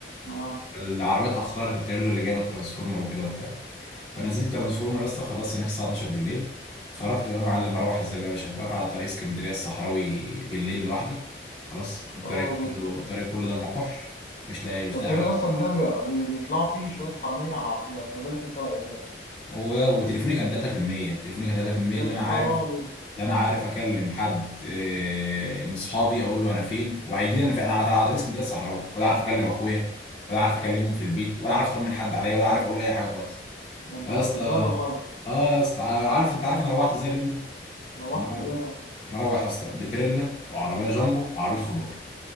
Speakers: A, on the left (about 50°); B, on the left (about 30°).
A: اه
B: العربيه اتاخرت التريلا اللي جايبه الترانسفورمر وكده وبتاع فنزلت ترانسفورمر يا اسطى خلصت هناك الساعه 12 بالليل خرجت بقى يا معلم اروح ازاي بقى يا باشا واقف على طريق اسكندريه الصحراوي بالليل لوحدي خلاص الطريق
A: خرابي
B: كله الطريق كله ده المكحل مش لاقي مش
A: ده الطريق
B: لاقي حاجه
A: أصلا ده بي- بي- بيطلعوا فيه شوية حرامية على العربيات ما بالك أنت واقف بقى
B: و- وتليفوني كان 3% تليفوني كان 3%
A: يا
B: اللي
A: خرابي
B: انا عارف اللي انا عارف اكلم حد آه، من صحابي اقول له انا فين وهيجي لي انا فين انا على على طريق اسكندريه الصحراوي ولا عارف اكلم اخويا ولا عارف اكلمهم في البيت ولا عارف اطمن حد عليا ولا عارف اقول اي حاجه خالص
A: ده أنت
B: فيا
A: كنت
B: اسطى
A: في بالو خالص
B: اه يا اسطى انا عارف انت عارف انا روحت ازاي اليوم ده
A: روحت
B: مروح
A: إزاي ده
B: مروح يا اسطى بتريلا وعربيه جامبو وعربيه خضار